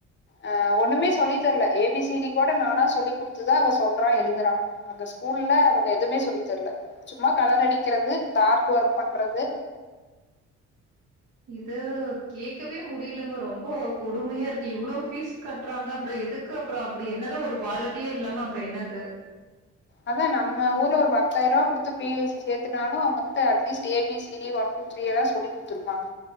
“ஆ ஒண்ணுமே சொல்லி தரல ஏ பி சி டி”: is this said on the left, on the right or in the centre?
Left